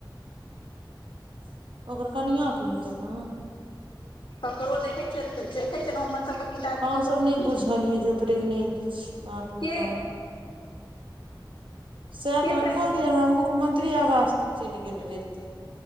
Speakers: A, on the right; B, on the left.
A: <inaudible> ओकर कनिआँके हेतै ने?
B: ककरो देखै छियै, देखै छिय न हमर सबके- पिताजी
A: हम
B: ककरो
A: सभ नहि बुझलिये जे ओ प्रेगनेंट छै, बाप रौ
B: के
A: बाप! सएह
B: के
A: तॅं हम
B: प्रेग
A: कहलियै जे हमरा मुख्यमंत्री आवास तक चलि गेल रहितै,